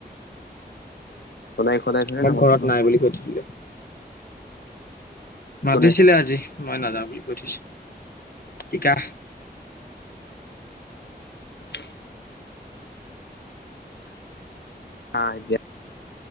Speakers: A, on the left (about 85°); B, on the left (about 60°).
A: সদায় সদায় থৰে
B: মোক
A: না মাতিব
B: ঘৰত নাই বুলি কৈ থলোঁ মাতিছিলে
A: কোনে
B: আজি মই নাযাওঁ বুলি কৈ থৈছো সিকা
A: <inaudible> আহ এতিয়া